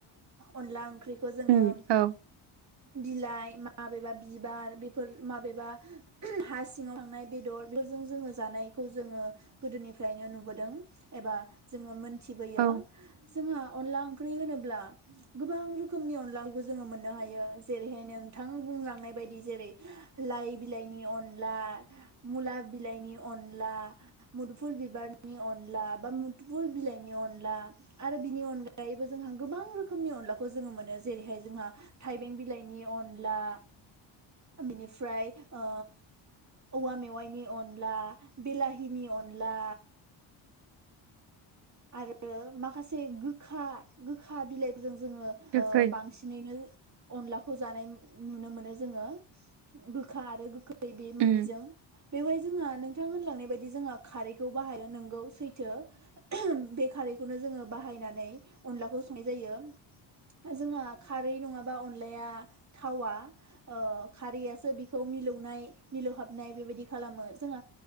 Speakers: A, on the right; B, on the right.
A: ।अनला ओंख्रि जों
B: उम औ
A: बिलाइ माबेबा बिबार बेफोर माबेबा हा सिङाव थांनाय बेदर जोंंओ जानायखौ जोङो गोदोनिफ्रायनो नुबोदों एबा जो मोन थिबोयो
B: औ
A: जोंहा अनला ओंख्रि होनोब्ला गोबां रोखोमनि अनला ओंख्रिखौ जोङो मोननो हायो जेरैहाय नोंथां बुंलांनाय बायदि जेरै लाइ बिलाइनि अनला मुला बिलाइनि अनला मुदुफुल बिबारनि अनला बा मुदफुल बिलाइनि अनला मुदुफुल बिबारनि अनला बा मुदुफुल बिलाइनि अनला आरो बिनि अनगायैबो जोंहा गोबां रोखोमनि अनलाखौ जोङो मोनो जेरैहाय जोंहा थाइबें बिलाइनि अनला बिनिफ्राय ओ औवा मेवाइनि अनला बिलाहनि अनला आरो माखासे गोखा-गोखा बिलाइबो जों जोङो
B: गोखै
A: बांसिनैनो अनलाखौ जानाय नुनो मोनो जोङो गोखा आरो गोखै बि बे मोननैजों
B: उम
A: बेवहाय जोंहा नोंथां होनलांनाय बायदि जोंहा खारैखौ बाहायो। नोंगौ सैथो बे खारैखौनो जोङो बाहायनानै अनलाखौ संनाय जायो। जोंहा खारै नङाबा अनलाया थावा ओ खारैयासो बेखौ मिलौनाय मिलौहाबनाय बेबायदि खालामो जोंहा